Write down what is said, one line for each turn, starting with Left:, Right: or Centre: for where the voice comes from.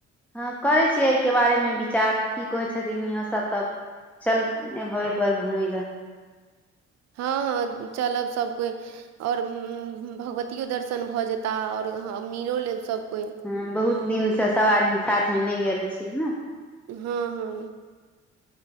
Centre: हँ करै छियै एहिके बारेमे विचार की कहै छथिन इहो सभ तब चल एक बार घूमै लए
Right: हँ हँ चलब सभ कोइ आओर भगवतियो दर्शन भऽ जेता आओर आओ हँ मीलो लेब सभ कोइ
Centre: हँ बहुत दिनसँ सभ आदमी साथमे नहि गेल छी ने
Right: हँ हँ